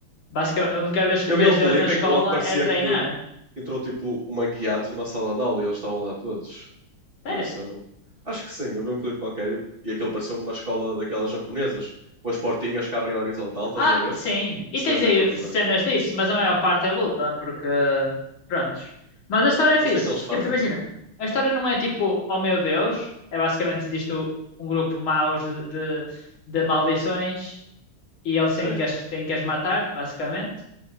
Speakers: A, on the left (about 70°); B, on the right (about 25°).
A: Basicamente, a única vez
B: eu
A: que
B: vi
A: vês
B: um clipe
A: eles na escola
B: em- onde parecia
A: é treinar.
B: que entrou tipo uma guiato numa sala de aula e eles estavam lá todos.
A: Sério?
B: Por isso eu não. Acho que sim, eu vi um clipe qualquer e, e aquilo pareceu uma escola daquelas japonesas, com as portinhas que abrem horizontal, estás
A: Ah,
B: a ver?
A: sim. E
B: Que se
A: tens
B: vê
A: aí
B: em todos os
A: cenas
B: animes.
A: disso, mas a maior parte é luta, porque, prontos. Mas a história é
B: Mas
A: fixe.
B: o que é que eles fazem?
A: Tipo, imagina, a história não é tipo, oh meu Deus, é basicamente existe o- um grupo maus de, de, de maldições e eles
B: Sim.
A: têm que as, têm que as matar, basicamente.